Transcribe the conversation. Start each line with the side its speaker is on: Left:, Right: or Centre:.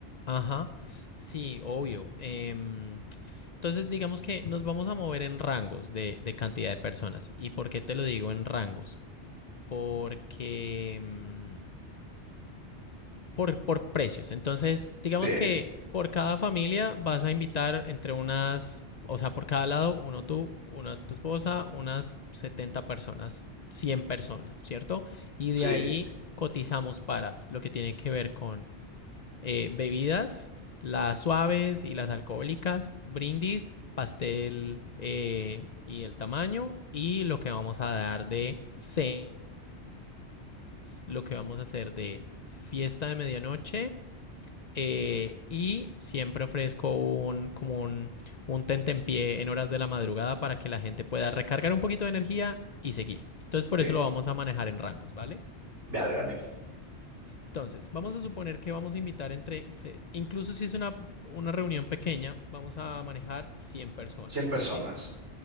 Left: ajá, sí, obvio. Em, entonces, digamos que nos vamos a mover en rangos de, de cantidad de personas. ¿Y por qué te lo digo en rangos? Porque mm, por, por precios. Entonces, digamos
Right: Sí,
Left: que por cada familia vas a invitar entre unas, o sea, por cada lado, uno tú, una tu esposa, unas 70 personas, 100 personas, ¿cierto? Y
Right: sí,
Left: de ahí cotizamos para lo que tiene que ver eh, bebidas, las suaves y las alcohólicas, brindis, pastel eh, y el tamaño y lo que vamos a dar de cenas, lo que vamos a hacer de fiesta de medianoche eh, y siempre ofrezco un como un, un tentempié en horas de la madrugada para que la gente pueda recargar un poquito de energía y seguir. Entonces por
Right: sí.
Left: eso lo vamos a manejar en rangos, ¿vale?
Right: Vale, vale.
Left: Entonces, vamos a suponer que vamos a invitar entre, se- incluso si es una, una reunión pequeña, vamos a manejar 100 personas,
Right: 100 personas.
Left: ¿vale?